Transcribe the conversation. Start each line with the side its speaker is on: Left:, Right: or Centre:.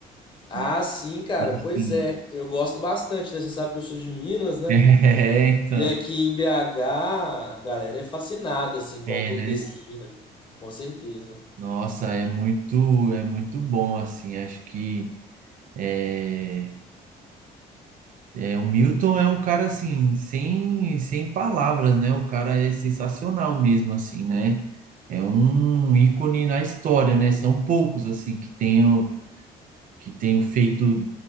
Left: Ah,
Right: né?
Left: sim, cara.
Right: Enfim.
Left: Pois é,
Right: <laughs>
Left: eu gosto bastante, né? Você sabe que eu sou de Minas, né?
Right: É, então.
Left: E aqui em BH, a galera é fascinada assim
Right: É,
Left: com o Clube
Right: né?
Left: da Esquina. Com certeza.
Right: Nossa, é muito, é muito bom, assim, acho que é, é, o Milton é um cara, assim, sem, sem palavras, né? O cara é sensacional mesmo, assim, né? É um ícone na história, né? São poucos, assim, que tenham, que tenham feito